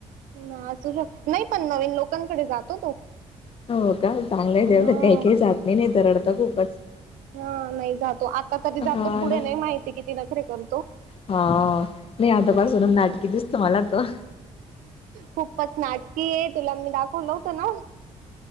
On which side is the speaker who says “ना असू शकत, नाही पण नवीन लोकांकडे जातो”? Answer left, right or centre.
Right